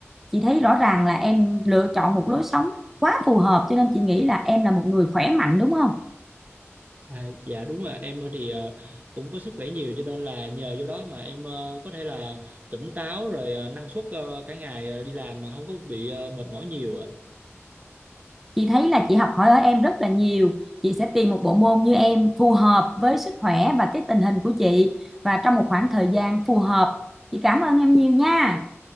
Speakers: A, in the centre; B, on the right.
A: chị thấy rõ ràng là em lựa chọn một lối sống quá phù hợp cho nên chị nghĩ là em là một người khỏe mạnh đúng không
B: À, dạ đúng là em ờ, thì ờ, cũng có sức khỏe nhiều cho nên là nhờ vô đó mà em ờ, có thể là tỉnh táo rồi ờ, năng suất ờ, cả ngày ờ, đi làm mà không có bị ờ, mệt mỏi nhiều. À.
A: chị thấy là chị học hỏi ở em rất là nhiều chị sẽ tìm một bộ môn như em phù hợp với sức khỏe và cái tình hình của chị và trong một khoảng thời gian phù hợp chị cảm ơn em nhiều nha